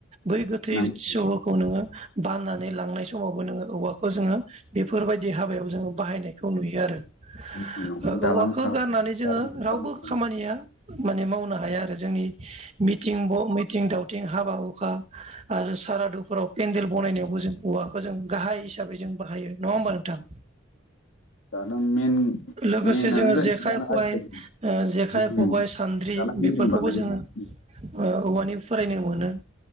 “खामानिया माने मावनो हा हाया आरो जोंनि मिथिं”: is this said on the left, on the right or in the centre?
Right